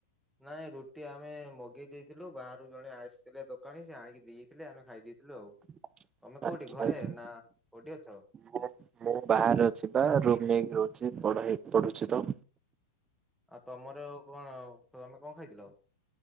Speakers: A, in the centre; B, on the right (about 25°).
A: ନାଇଁ ରୁଟି ଆମେ ମଗେଇ ଦେଇଥିଲୁ ବାହାରୁ ଜଣେ ଆସିଥିଲେ ଦୋକାନୀ ସେ ଆଣିକି ଦେଇଥିଲେ ଆମେ ଖାଇ ଦେଇଥିଲୁ ଆଉ।
B: <unintelligible>
A: ତମେ କୋଉଠି ଘରେ
B: ଆଚ୍ଛା
A: ନା କୋଉଠି ଅଛ?
B: ମୁଁ ମୁଁ ବାହାରେ ଅଛି ବା ରୁମ ନେଇକି ରହୁଚି ପଢ ହେ ପଢୁଚି ତ।
A: ଆଉ ତମର କଣ ତମେ କ ଖାଇଥିଲ?